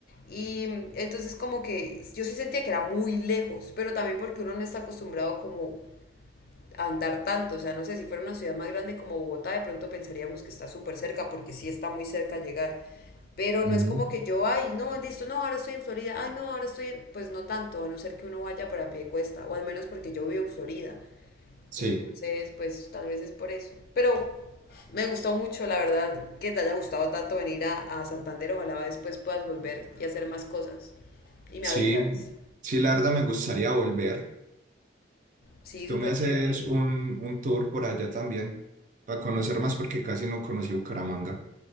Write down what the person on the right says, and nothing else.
ujú.
Sí,
sí,
sí, la verdad me gustaría volver.
Tú
me haces
un, un tour por allá también para conocer más porque casi no conocí Bucaramanga.